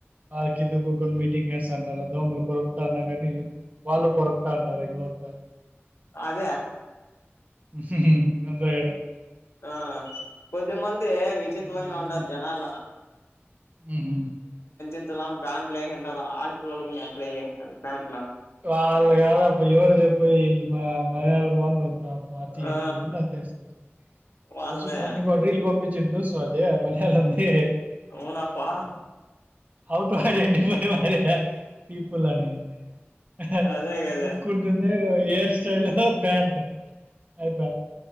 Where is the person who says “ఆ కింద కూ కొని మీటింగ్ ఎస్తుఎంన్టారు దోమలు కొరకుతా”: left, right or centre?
Right